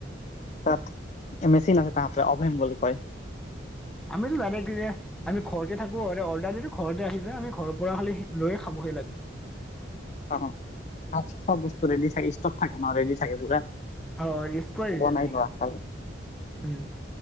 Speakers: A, on the left; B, in the centre.
A: তাত মেচিন আছে তাহাঁতে অভেম বুলি কয়
B: আমিতো জানে কি আমি ঘৰতে থাকো অৰ্ডাৰ দি ঘৰতে আহি য আমি ঘৰৰ পৰা খালি লৈয়ে খাব হৈ লাগে
A: অ আচছা <unintelligible> চব বস্তু ৰেডি থাকে ষ্টক থাকে ন ৰেডি থাকে পুৰা
B: অ স্প্ৰাইট
A: বনাই
B: যদি
A: লোৱা ভ
B: উম